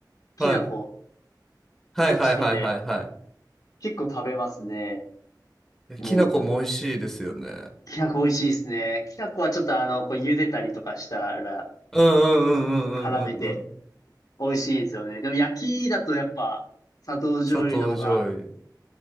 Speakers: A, on the left (about 55°); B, in the centre.
A: きな粉、
B: はい。はいはいはいはいはい。
A: どっちかで結構食べますね。
B: いやきな粉も美味しいですよね。
A: もう、きな粉美味しいですね。きな粉はちょっとあの、こう茹でたりとかしたら
B: うんうんうんうんうんうんうん。
A: 絡めて美味しいんですよね。でも焼きだとやっぱ砂糖醤油の方が
B: 砂糖醤油。